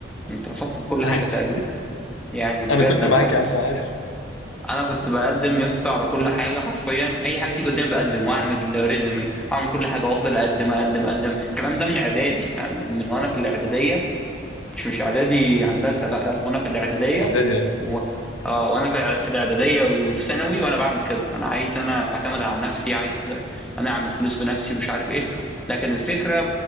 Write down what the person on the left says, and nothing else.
عارف
انا كنت
معاك
يا عم عارف
اعدادي